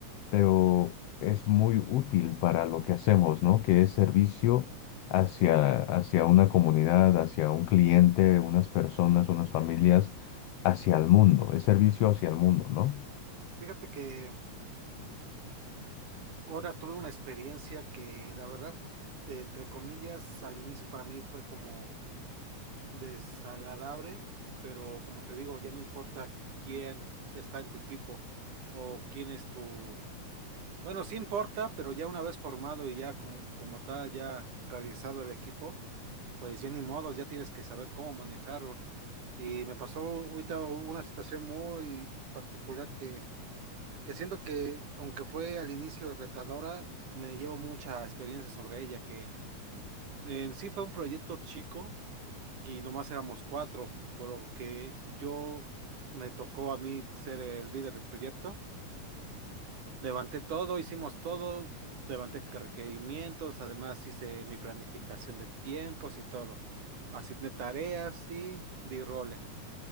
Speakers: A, on the left; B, on the right.
A: pero es muy útil para lo que hacemos, ¿no? Que es servicio hacia, hacia una comunidad, hacia un cliente, unas personas, unas familias, hacia el mundo, es servicio hacia el mundo, ¿no?
B: Fíjate que ahora tuve una experiencia que la verdad, entre comillas, al inicio para mí fue como desagradable, pero como te digo, ya no importa quién está en tu equipo o quién es tu... Bueno, sí importa, pero ya una vez formado y ya como, como tal, ya realizado el equipo, pues ya ni modos, ya tienes que saber cómo manejarlo. Y me pasó ahorita una situación muy particular que, que siento que, aunque fue al inicio retadora, me llevo mucha experiencia sobre ella, que en sí fue un proyecto chico y nomás éramos cuatro, por lo que yo me tocó a mí ser el líder del proyecto. Levanté todo, hicimos todo, levanté que requerimientos, además hice mi planificación de tiempos y todo. Asigné tareas y di roles.